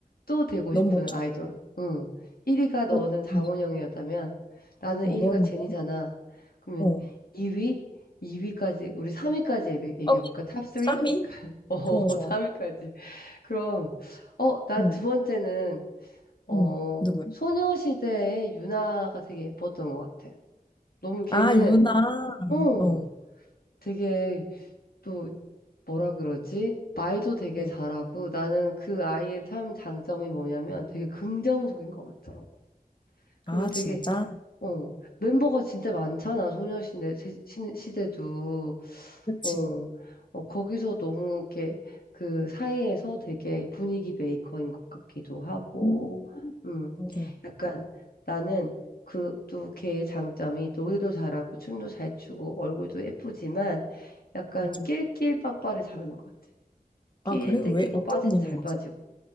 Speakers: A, on the left (about 85°); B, on the left (about 30°).
A: 또 되고
B: 너무
A: 싶은
B: 멋져.
A: 아이돌. 응. 1위가 너는
B: 어,
A: 장원영이었다면,
B: 음.
A: 나는
B: 어,
A: 1위가
B: 너는
A: 제니잖아.
B: 뭐야?
A: 그러면
B: 어.
A: 2위? 2위까지, 우리 3위까지 얘기해볼까?
B: 어,
A: 탑 3?
B: 삼 위
A: <laughs> 어,
B: 좋아, 좋아.
A: 3위까지. 그럼, 어, 난
B: 응,
A: 두 번째는, 어,
B: 응. 누구야?
A: 소녀시대의 유나가 되게 예뻤던 것 같아. 너무 걔는,
B: 아, 유나.
A: 어,
B: 어,
A: 되게, 또 뭐라 그러지? 말도 되게
B: 어.
A: 잘하고 나는 그 아이의 참 장점이 뭐냐면 되게 긍정적인 것 같더라고. 그리고
B: 아,
A: 되게
B: 진짜?
A: 어 멤버가 진짜 많잖아 소녀시대 시- 시- 시대도
B: 그치.
A: 어, 어 거기서 너무 이렇게 그 사이에서 되게 분위기 메이커인 것 같기도 하고
B: 음,
A: 음
B: 맞아,
A: 약간 나는 그 또 걔의 장점이 노래도 잘하고 춤도 잘 추고 얼굴도 예쁘지만 약간
B: 맞아.
A: 낄낄빠빠를 잘하는 것 같아. 끼일
B: 아, 그래?
A: 때
B: 왜?
A: 끼고
B: 어떤
A: 빠질 때
B: 이유였어?
A: 잘 빠지고.